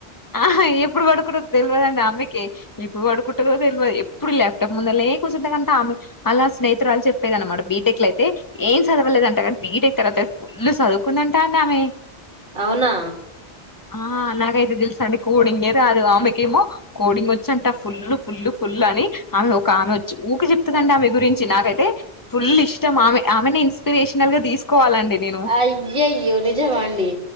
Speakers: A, on the left; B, on the right.
A: ఆ ఎప్పుడు <unintelligible> తెలవదండి ఆమెకి ఎప్పుడు పడుకుంటదో తెలవదు ఎప్పుడు ల్యాప్టాప్ ముందనే ఏ కూర్చుదు కంటే ఆమె అలా స్నేహితురాలు చెప్పేది అన్నమాట బీటెక్ల అయితే ఏం చదవలేదంటగా బిటెక్ తర్వాత ఫుల్లు చదువుకుందంట అండి ఆమె
B: అవునా
A: ఆ నాకైతే తెల్సండి కోడింగే రాదు ఆమెకేమో కోడింగ్ వచ్చ అంట ఫుల్ ఫుల్ ఫుల్ అని ఆమె ఒక ఆమె వచ్చి ఊకే చెప్తదండి ఆమె గురించి నాకైతే ఫుల్ ఇష్టం ఆమె ఆమెనే ఇన్స్పిరేషనల్గా తీసుకోవాలండి నేను
B: అయ్యయో నిజామా అండి